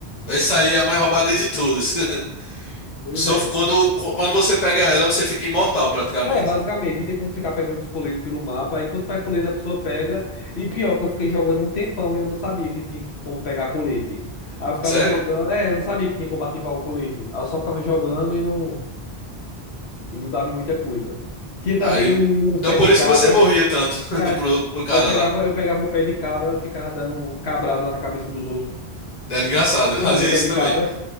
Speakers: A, on the left; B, on the left.
A: Essa aí é a mais roubada de todas. <laughs>
B: Pois
A: Só
B: é.
A: quando, quando você pega ela, você fica imortal praticamente.
B: É, basicamente, e tem como ficar pegando os coletes pelo mapa. Aí quando pega colete, a pessoa pega. E pior, que eu fiquei jogando um tempão e eu não sabia que tinha que- como pegar colete. Aí eu ficava
A: Sério?
B: jogando. É, eu não sabia que tinha como ativar o colete. Aí eu só ficava jogando e não, e não dava em muita coisa. Tinha também
A: Aí,
B: o, o
A: então
B: pé
A: por
B: de cabra.
A: isso que você morria tanto <laughs>
B: É,
A: pro, pro cara
B: eu pegava,
A: lá.
B: eu pegava o pé de cabra, ficava dando cabrada na cabeça dos outros.
A: Era engraçado,
B: Tu
A: <laughs> fazia
B: lembra do pé
A: isso
B: de
A: também.
B: cabra?